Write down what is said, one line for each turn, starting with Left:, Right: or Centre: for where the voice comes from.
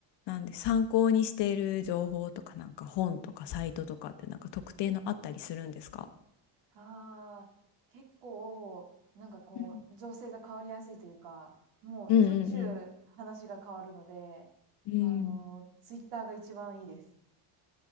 Left: う、なんで参考にしている情報とか、なんか本とかサイトとかってなんか特定のあったりするんですか
Right: ああ、結構、なんかこう、
Left: うん
Right: 情勢が変わりやすいというか、もうしょっちゅう話が変わるので、
Left: うんうん。うん。
Right: あの、ツイッターが一番いいです。